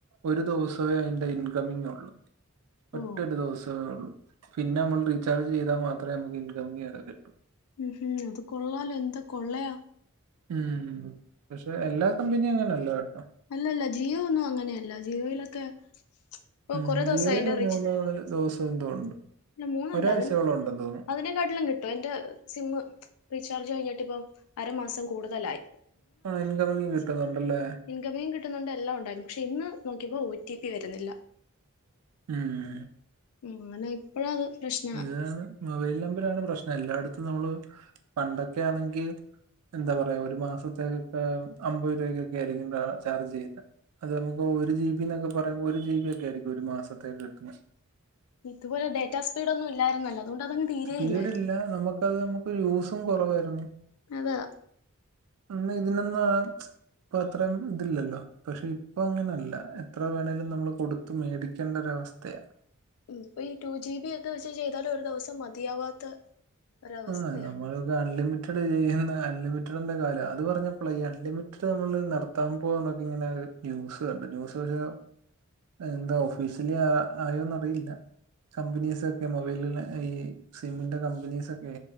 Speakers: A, on the right; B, on the left.
A: ഒരു ദിവസവേ അതിൻ്റെ ഇൻകമിംഗ് ഒള്ളൂ ഒറ്റൊരു
B: ഓ
A: ദിവസവേ ഒള്ളൂ. പിന്നെ നമ്മള് റീചാർജ് ചെയ്താ മാത്രേ നമുക്ക് ഇൻകമിംഗ് ഒക്കെ കിട്ടൂ.
B: ഉം ഉം അത് കൊള്ളാലോ എന്ത് കൊള്ളയാ.
A: ഉം പക്ഷെ എല്ലാ കമ്പനിയും അങ്ങനെല്ലാ കേട്ടോ.
B: അല്ല അല്ല ജിയോ ഒന്നും അങ്ങനെയല്ല. ജിയോയിലൊക്കെ ഇപ്പൊ
A: ഉം
B: കൊറേ ദിവസായി
A: ജീയൊയില്മൂന്നാല്
B: എന്റെ റീച്ച്
A: ദിവസന്തോ ഉണ്ട്
B: അല്ല മൂന്നല്ല
A: ഒരാഴ്ചയോളം
B: അതിൻ
A: ഉണ്ടെന്ന് തോന്നുന്നു
B: അതിനെക്കാട്ടിലും കിട്ടും എന്റെ സിമ്മ് റീചാർജ് കൈഞ്ഞിട്ടിപ്പം അരമാസം കൂടുതലായി
A: ഇപ്പൊ ഇൻകമിങ്ങും കിട്ടുന്നുണ്ടല്ലേ
B: ഇൻകമിങ്ങും കിട്ടുന്നുണ്ട് എല്ലാ ഉണ്ടായിരുന്നു പക്ഷെ ഇന്ന് നോക്കിയപ്പോ ഒ ടി പി വരുന്നില്ല
A: ഉം ഉം
B: ഇങ്ങനെ പ്പഴത് പ്രശ്
A: താണ് മൊബൈൽ നമ്പറാണ് പ്രശ്നം എല്ലായിടത്തും നമ്മള് പണ്ടൊക്കെയാണെങ്കിൽ എന്താ പറയാ ഒരു മാസത്തേക്കൊക്കെ അമ്പത് രൂപക്കൊക്കെ ആയിരിക്കും ചാ ചാർജ് ചെയ്യുന്നെ അത് നമുക്ക് ഒരു ജി ബി ന്നൊക്കെ പറയുമ്പോ ഒരു ജി ബി ഒക്കെ ആയിരിക്കും ഒരു മാസത്തേക്ക് കിട്ടുന്നെ
B: ഇതുപോലെ ഡേറ്റാ സ്പീടൊന്നും ഇല്ലായിര്ന്നല്ലോ അതോണ്ട് അതങ്ങ് തീരെ
A: സ്പീടില്ല
B: ഇല്ലായിരുന്നു
A: നമ്മക്കത് നമ്മുക്ക് യൂസും കൊറവായിര്ന്നു
B: അത
A: അന്ന് ഇതിനൊന്നു അപത്ര ഇതില്ലല്ലോ പക്ഷെ ഇപ്പ അങ്ങനല്ല എത്ര വേണേലും നമ്മൾ കൊടുത്ത് മേടിക്കേണ്ടരവസ്ഥയ
B: ഇപ്പൊ ഈ ടു ജി ബിയൊക്കെ വെച്ച് ചെയ്താലു ഒരു ദവസം മതിയാവാത്ത ഒരവസ്ഥയാണ്
A: ആഹ് നമ്മള് ത അൺലിമിറ്റഡ് ചെയ്യുന്ന അൺലിമിറ്റഡിന്റെ കാലാ അത് പറഞ്ഞപ്പള ഈ അൺലിമിറ്റഡ് നമ്മള് നട താമ്പോവന്നൊക്കെ ഇങ്ങനൊര് ന്യൂസ് കണ്ട് ന്യൂസ് പക്ഷെ എന്താ ഓഫീഷ്യലി അ ആയോന്നറിയില്ല കമ്പനീസൊക്കെ മൊബൈൽലെ ഈ സിമ്മിന്റെ കമ്പനീസൊക്കെ